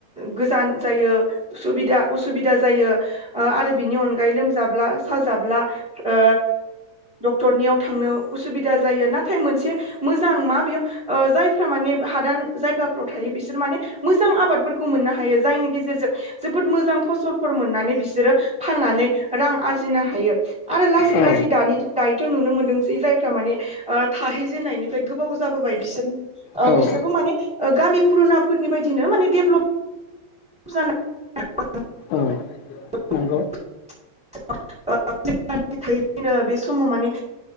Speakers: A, in the centre; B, on the left (about 80°).
A: गोजान जायो सुबिदा उसुबिदा जायो आरो बिनि अन लोमजाब्ला साजाब्ला ओ डक्टरनियाव थांनो उसुबिदा जायो नाथाय मोनसे मोजां मा बेयो ओ जायफोरा माने हादान जायगाफोराव थायो बिसोर माने मोजां आबादफोरखौ मोननो हायो जायनि गेजेरजों जोबोद मोजां फसलफोर मोननानै बिसोरो फाननानै रां आरजिनो हायो आरो लासै
B: औ
A: लासै दानि दि दायोथ नुनो मोनदोंसै जायफ्रा माने ओ थाहैजेननायनिफ्राय गोबाव जाबोबाय बिसोर ओ
B: औ औ
A: बिसोरबो माने ओ गामि पुरुनाफोरनि बायदिनो माने डेभलप जानाय <unintelligible>
B: औ नंगौ औ
A: <unintelligible> बे समाव माने <unintelligible>